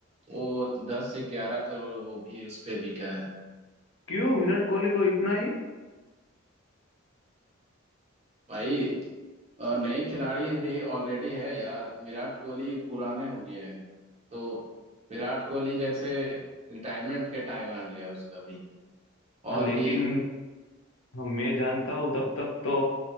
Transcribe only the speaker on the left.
क्यों विराट कोहली को इतना ही
हाँ
लेकिन
हम मैं जानता हूँ तब तक तो